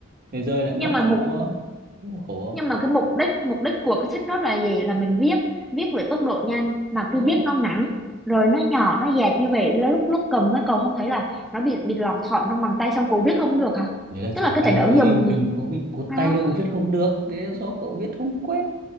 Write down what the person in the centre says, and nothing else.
nhưng mà
một
nhưng
mà cái mục đích mục đích của cái sách nốt là gì là mình viết viết với tốc độ nhanh mà
cứ
viết nó ngắn rồi nó nhỏ nó dẹt như vậy lúc lúc cầm với cậu không thấy là nó bị bị lọt thỏm trong bàn tay xong cậu viết không được hả
tức
là cái
tính ứng
dụng
không